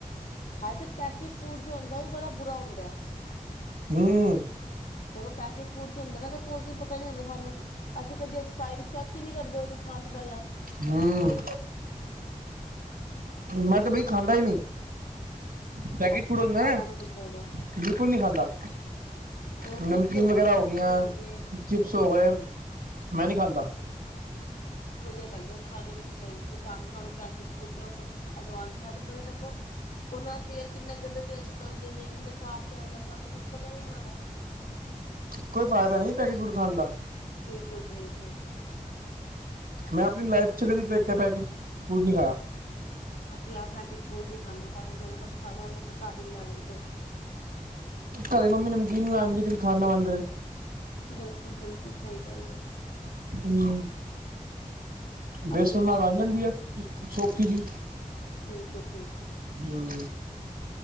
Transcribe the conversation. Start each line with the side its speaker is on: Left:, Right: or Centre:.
Left: ਹਾਏ ਤੇ ਪੈਕੇਟ ਫੂਡ ਜੋ ਹੁੰਦਾ ਵੀ ਬੜਾ ਬੁਰਾ ਹੁੰਦਾ।
Right: ਹੂੰ,,,
Left: ਦੇਖੋ ਪੈਕਟ ਫੂਡ ਹੁੰਦਾ ਨਾ ਕੋਈ ਪਤਾ ਨੀ ਹੁੰਦਾ ਸਾਨੂੰ। ਅਸੀਂ ਕਦੇ ਐਕਸਪ ਚੈੱਕ ਚੈੱਕ ਨੀ ਕਰਦੇ ਉਦੇ ਖਾਣ ਤੋਂ ਪਹਿਲਾਂ।
Right: ਹੂੰ ਮੈਂ ਤੇ ਬਈ ਖਾਂਦਾ ਹੀ ਨੀ। ਪੈਕਟ
Left: ਬਹੁਤ
Right: ਫਰੰਦਾ
Left: ਖਾਣਾ ਵੀ ਨੀ ਚਾਹੀਦਾ
Right: ਬਿਲਕੁਲ ਨਹੀਂ ਖਾਂਦਾ।
Left: ਉਹ
Right: ਨਮਕੀਨ
Left: ਚਿਪਸ ਗਏ
Right: ਵਗੈਰਾ ਹੋ
Left: ਕੁਰਕੁਰੇ
Right: ਗਈਆਂ।
Left: ਗਏ
Right: ਚਿਪਸ ਹੋ ਗਏ, ਮੈਂ ਨਹੀਂ ਖਾਂਦਾ।
Left: ਵਧੀਆ ਗੱਲ ਆ ਉਹ ਖਾਣੀ ਵੀ ਨੀ ਚਾਹੀਦੀ ਸ਼ਾਮੀ ਸਾਨੂੰ ਪੈਕਟ ਮੋਟੇ ਉੱਪਰ ਅਡਵਾਂਚ ਹੈ ਤੇ ਉੱਪਰ ਦੇਖੋ। ਉਹਨਾਂ ਤੇਲ ਕਿੰਨਾ ਗੰਦੇ ਤੇਲ ਚ ਤਲਦੇ ਨੇ ਕਿੰਨੇ ਸਾਫ਼ ਤੇਲ ਸਾਨੂੰ ਕੁਛ ਪਤਾ ਹੀ ਨੀ ਲੱਗਦਾ। <inaudible>
Right: ਕੋਈ ਫਾਇਦਾ ਨਹੀਂ ਪੈਕੇਟ ਫੂਡ ਖਾਣ ਦਾ।
Left: ਬਿਲਕੁਲ ਬਿਲਕੁਲ
Right: ਮੈਂ ਆਪਣੀ ਲਾਈਫ 'ਚ ਕਦੇ ਨਹੀਂ ਪੈਕੇਟ ਫੂਡ ਨਹੀਂ ਖਾਇਆ।
Left: ਅਸੀਂ ਆਹ ਪੈਕੇਟ ਫੂਡ ਨੀ ਖਾਂਦੇ। ਸਾਨੂੰ ਜੋ ਵੀ ਕੁਛ ਖਾਣਾ ਹੁੰਦਾ ਅਸੀਂ ਘਰ ਹੀ ਬਣਾ ਲਿੰਦੇ ਹਾਂ।
Right: ਘਰੇ ਮੰਮੀ ਨਮਕੀਨ ਬਣਾ ਦੀ ਫਿਰ ਖਾਣ ਦਾ ਮਨ ਕਰੇ।
Left: ਬਿਲਕੁਲ ਬਿਲਕੁਲ ਸਹੀ ਗੱਲ ਹੈ।
Right: ਹੂੰ,,, ਵੇਸਣ
Left: ਅਸੀਂ ਘਰ
Right: ਨਾਲ ਲਾਲ
Left: ਹੀ
Right: ਜਾਂਦੀ
Left: ਬਣਾ
Right: ਹੈ ਸੋਖੀ ਜਿਹੀ
Left: ਬਿਲਕੁਲ ਬਿਲਕੁਲ
Right: ਹੂੰ